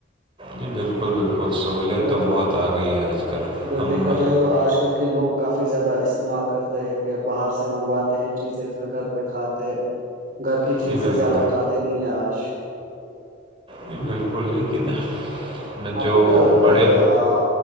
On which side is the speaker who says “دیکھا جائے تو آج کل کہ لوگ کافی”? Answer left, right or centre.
Right